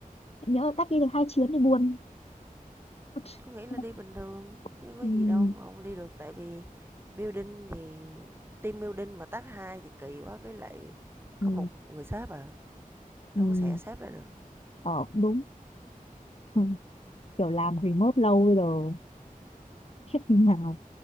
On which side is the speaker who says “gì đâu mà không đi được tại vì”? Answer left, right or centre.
Right